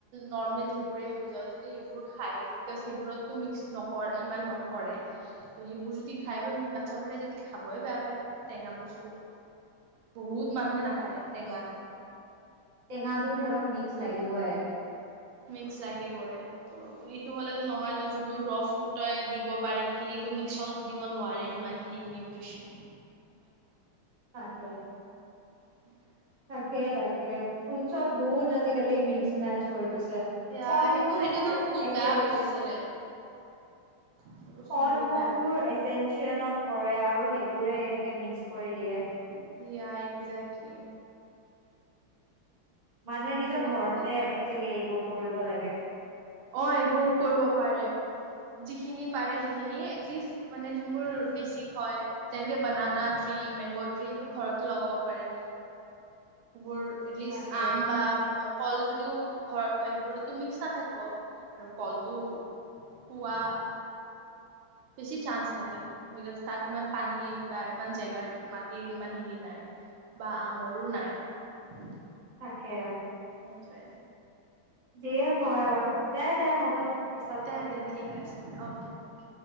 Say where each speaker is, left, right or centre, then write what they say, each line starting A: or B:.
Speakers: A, on the right; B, on the right.
A: নৰ্মেল সেইবোৰে হৈ গল যদি সেইবোৰ খাই বিকোজ সেইবোৰতো মিক্স নক ইমান নকৰে ত। সেই বোৰ যদি খাই বাচ্ছাবোৰে আজিকালি খা বই বেয়া পায় টেঙা বস্তু। বহুত মানুহে নাখায় টেঙা।
B: টেঙাটো সিহতক মিস্ক লাগে। লাগিবই
A: মিস্ক লাগিবই ত সেইটো হলে নহয় যোনটো ৰ ফুট দিব পাৰে সেইখিন মিক্সত দিব নোৱাৰে সমান খিনি নিওট্ৰিচন।
B: তাকে
A: <unintelligible>
B: তাকে তাকে ফুটছত বহুত আজিকালি মিক্স মেচ হৈ গৈছে।
A: এয়া
B: ফল
A: সেইটো
B: মূলবোৰ
A: সেইটোতো বহুত
B: এচেঞ্চ
A: বেয়া হৈ গৈছে লাইক এইটো বস্তু
B: ফল
A: বহুত
B: মূৰবোৰ
A: বেয়া হৈ গৈছে।
B: এচচিয়নত পৰে আৰু সেই বোৰে এনেকে মিক্স কৰি দিয়ে।
A: য়া একগ্জেক্টলি।
B: মানুহে নিজৰ
A: বহুত
B: ঘৰতে
A: দিগদাৰ।
B: একচুৱেলি এইবোৰ কৰিব লাগে। গে
A: অ এইবোৰ কৰিব পাৰে যিখিনি পাৰে সেইখিনি এটলিষ্ট মানে যোনবোৰ। বেছিক হয় যেনেকে বনানা ট্ৰি, মেংগো ট্ৰি এইবোৰ ঘৰত লগাব পাৰে। এইবোৰ এলিষ্ট
B: তাকে
A: আম বা ফল যদিও ঘৰত হয় সেইবোৰতো মিক্স নাথাকিব। আৰু কলটো পোৱা। বেছি চান্স থাকে। তাক ইমান পানী বা ইমান জেগাৰ, মাটিৰ ইমান হেৰি নাই বা আমৰো নাই।
B: তাকে
A: সেইটোৱে
B: যিয়ে হয় আৰু দে দে হ'ব দে পিছত
A: দে
B: পাতিম
A: দে ঠিক আছে দে অকে অকে